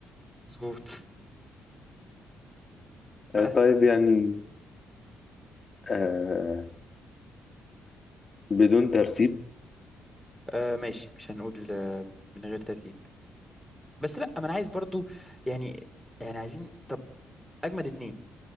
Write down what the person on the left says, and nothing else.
آه، طيب يعني آه بدون ترتيب